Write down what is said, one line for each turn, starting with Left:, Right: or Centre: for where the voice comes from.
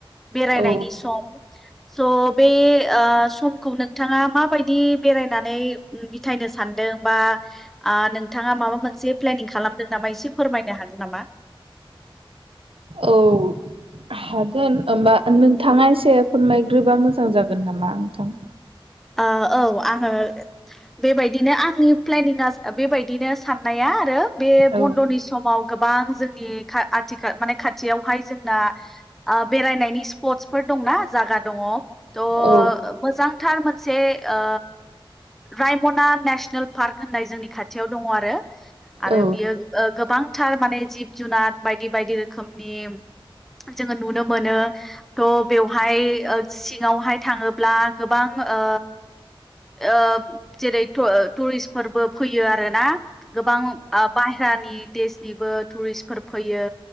Centre: बेरायनायनि
Right: औ
Centre: सम स' बे समखौ नोंथाङा माबायदि बेरायनानै बिथायनो सान्दों बा ओ नोंथाङा माबा मोनसे प्लेनिं खालामदों नामा एसे फोरमाय नो हागोन नामा?
Right: औ हागोन ओमबा नोंथाङा एसे फोरमायग्रोबा मोजां जागोन नामा नोंथां?
Centre: ओ औ आङो बेबायदिनो आंनि प्लेनिंआ बेबायदिनो साननाया आरो । बे
Right: औ
Centre: बन्द'नि सम समाव गोबां जोंनि खा आथिखाल माने खाथियावहाय जोंना ओ बेरायनायनि स्पटस फोर दंना जागा दङ त'
Right: औ
Centre: मोजांथार मोनसे ओ रायमना नेसनेल पार्क होननाय जोंनि खाथियाव दङ आरो आरो
Right: औ
Centre: बियो गोबां थार माने जिब जुनार बायदि बायदि रोखोमनि जोङो नुनो मोनो थ' बेवहाय सिङावहाय थाङोब्ला गोबां ओ ओ जेरै टुरिस्टफोरबो फैयो आरोना गोबां बाहेरानि देशनिबो टुरिस्फोर फैयो।